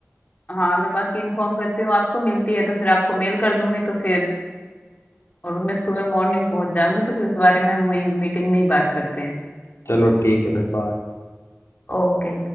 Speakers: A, on the left (about 35°); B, on the left (about 80°).
A: हाँ मैं बाकी इन्फॉर्म करती हूँ आपको मिलती है तो फिर आपको मेल कर दूंगी तो फिर और मैं सुबह मॉर्निंग पहुंच जाऊंगी तो फिर इस बारे में हम वही मीटिंग में ही बात करते हैं
B: चलो ठीक है फिर बाय
A: ओके